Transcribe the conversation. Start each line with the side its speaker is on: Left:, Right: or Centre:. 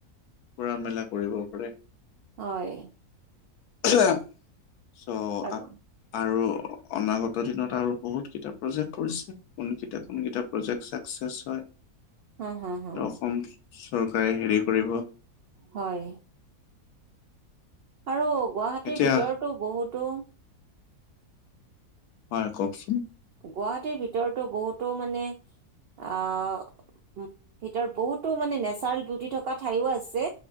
Left: ফুৰা মেলা কৰিব পাৰে।
Right: হয়।
Left: চ'
Right: আৰু
Left: আৰু অনাগত দিনত আৰু বহুত কেইটা প্ৰজেক্ট কৰিছে কোন কেইটা কোন কেইটা প্ৰজেক্ট এক্সেছ হয়
Right: হম, হা, হা।
Left: ত' অসম চৰকাৰে হেৰি কৰিব
Right: হয়। আৰু গুৱাহাটীৰ
Left: এতিয়া
Right: ভিতৰতো বহুতো
Left: হয় কওকচোন।
Right: গুৱাহাটীৰ ভিতৰতো বহুতো মানে আহ উম', ভিতৰত বহুতো মানে নেচাৰেল বিউটি থকা ঠাইও আছে,